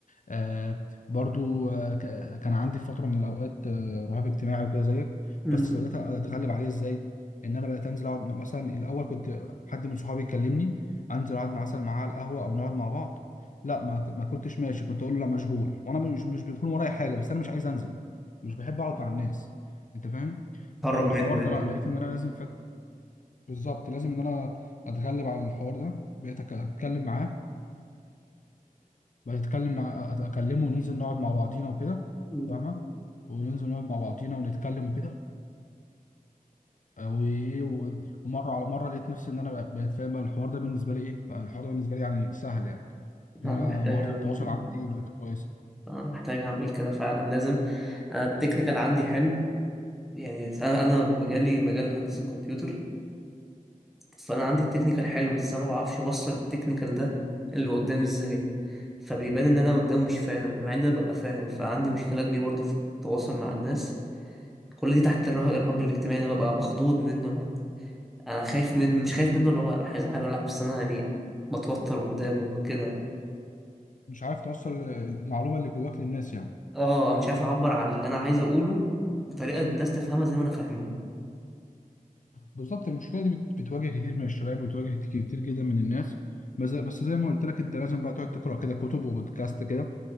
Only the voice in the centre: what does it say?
مم.
هرب
منه
يعني
مم.
أنا
محتاج
أعمل
كده
انا محتاج اعمل كده فعلا لازم انا التكنيكال عندي حلو يعني انا أنا مجالي مجال هندسة الكمبيوتر فانا عندي التكنيكال حلو بس انا ما بعرفش اوصل التكنيكال ده اللي قدامي ازاي فبيبان ان انا قدامه مش فاهم مع ان انا ببقى فاهم فعندي مشكله كبيره برضو في التواصل مع الناس كل دي تحت الرهاب الارهاب الاجتماعي انا ببقى مخضوض منه انا انا خايف منه مش خايف منه اللي هو هيزعل ولا لا بس انا يعني بتوتر قدامه كده
اه مش عارف اعبر عن اللي انا عايز اقوله بطريقه الناس تفهمها زي ما انا فاهمها